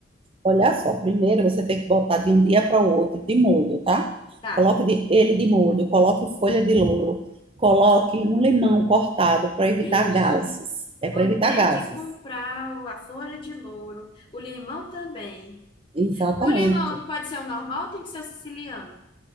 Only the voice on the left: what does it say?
Tá.
Ixi,
vou
ter
que comprar o- a folha de louro, o limão também.
O limão pode ser o normal ou tem que ser o siciliano?